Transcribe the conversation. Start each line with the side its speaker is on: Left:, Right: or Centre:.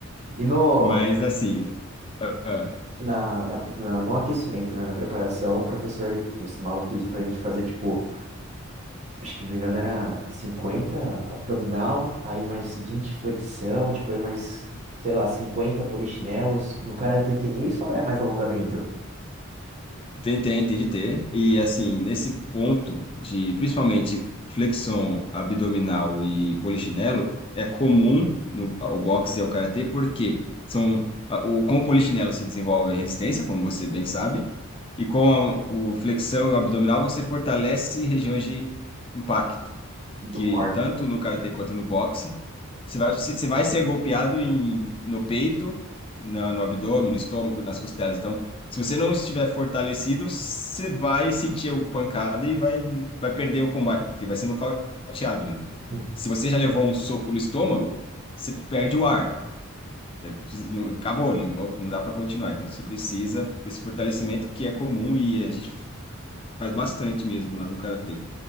Right: E no,
Left: Mas assim, ah, ah,
Right: na, na- na- no aquecimento, né, na preparação, o professor ele costumava pedir pra gente fazer, tipo, acho que não me engano era 50 abdominal, aí mais 20 flexão, depois mais, sei lá, 50 polichinelos. No karatê tem isso ou é mais alongamento
Left: Tem, tem, tem de ter. E assim, nesse ponto de principalmente flexão abdominal e polichinelo, é comum no ao boxe e ao karatê, porque são a- o, com o polichinelo você desenvolve a resistência, como você bem sabe, e com a, o flexão e o abdominal você fortalece regiões de impacto
Right: do
Left: que
Right: core?
Left: tanto no karatê quanto no boxe, você vai, você vai ser golpeado em, no peito, na, no abdômen, no estômago, nas costelas. Então, se você não estiver fortalecido, você vai sentir a pancada e vai, vai perder o combate, porque vai ser nocauteado mesmo.
Right: Uhum,
Left: Se você já levou um soco no estômago, você perde o ar. Você precisa- não- Acabou, não, vou- não dá para continuar. Então, você precisa desse fortalecimento que é comum e a gente faz bastante mesmo lá no karatê.